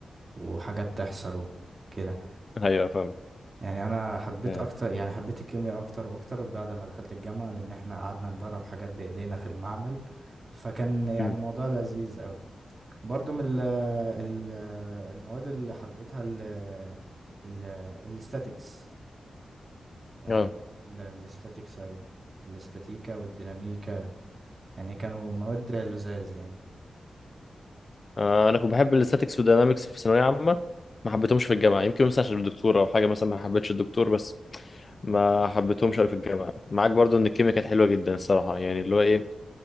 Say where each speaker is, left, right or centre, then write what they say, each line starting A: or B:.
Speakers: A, on the right; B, on the left.
A: وحاجات تحصل كده
B: ايوه فاهم
A: يعني انا حبيت
B: اه
A: اكتر يعني حبيت الكيمياء اكتر واكتر بعد ما دخلت الجامعة لان احنا قعدنا نجرب حاجات بايدينا في المعمل فكان يعني
B: أمم.
A: موضوع لذيذ قوي برضو من ال ال المواد اللي حبيتها ال ال الاستاتيكس يعني
B: آه.
A: حبيت ال- الاستاتيكس قوي الاستاتيكا والديناميكا يعني كانوا مواد لذاذ يعني
B: آه، انا كنت بحب الاستاتيكس والديناميكس في ثانويه عامه ما حبيتهمش في الجامعه يمكن مثلا عشان الدكتور او حاجه مثلا ما حبيتش الدكتور بس ما حبيتهمش قوي في الجامعه معاك برضو ان الكيمياء كانت حلوه جدا الصراحه يعني اللي هو ايه